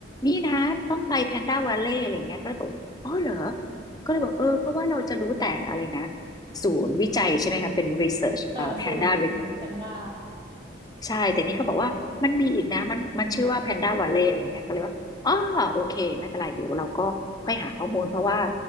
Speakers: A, on the left; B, on the right.
A: นี่นะต้องไปแพนด้าวาเล่อะไรอย่างเงี้ยก็เลยบอกอ๋อเหรอก็เลยบอกเออเพราะว่าเราจะรู้แต่อะไรนะศูนย์วิจัยใช่ไหมคะเป็น research
B: ค่ะศูนย์ของแพนด้า
A: เอ่อ Panda ใช่แต่นี่เขาบอกว่ามันมีอีกนะมันมันชื่อว่าแพนด้าวาเล่อะไรอย่างเงี้ยก็เลยว่าอ๋อโอเคไม่เป็นไรเดี๋ยวเราก็ค่อยหาข้อมูลเพราะว่า